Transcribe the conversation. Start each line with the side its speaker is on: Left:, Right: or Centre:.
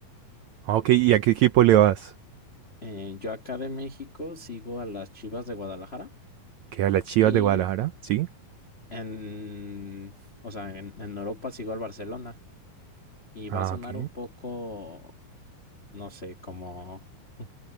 Right: Ah, Ok, ¿y a qué equipo le vas?
Left: Eh, yo acá de México sigo a las Chivas de Guadalajara.
Right: ¿Que a las Chivas
Left: Y
Right: de Guadalajara? ¿Sí?
Left: en, o sea, en, en Europa sigo al Barcelona y
Right: Ah,
Left: va a sonar
Right: ok.
Left: un poco, no sé, como, <laughs>